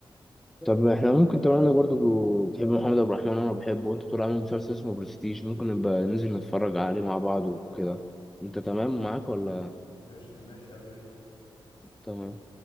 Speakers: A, in the centre; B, on the left (about 70°).
A: طب احنا ممكن طبعا انا برضه ب- بتحب محمد عبد الرحمن وانا بحبه وانت بتقول عامل مسلسل اسمه برستيج ممكن نبقى ننزل نتفرج عليه مع بعض وكده انت تمام معاك ولا
B: قشطة ماشي يلا بينا
A: تمام